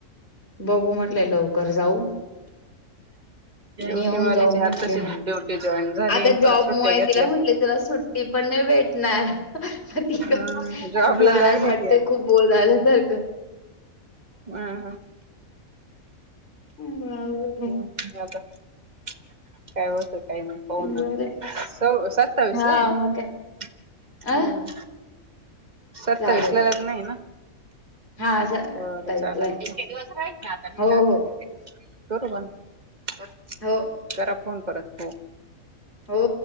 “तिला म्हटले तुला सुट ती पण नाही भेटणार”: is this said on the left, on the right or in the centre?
Left